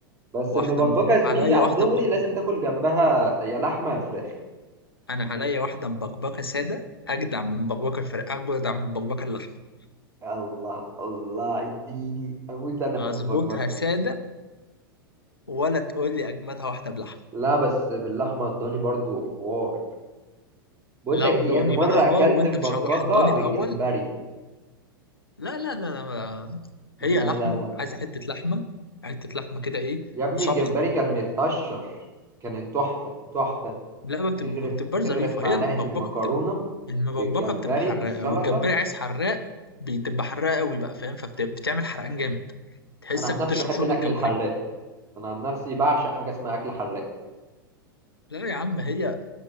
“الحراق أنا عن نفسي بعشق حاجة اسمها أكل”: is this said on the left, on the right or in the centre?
Right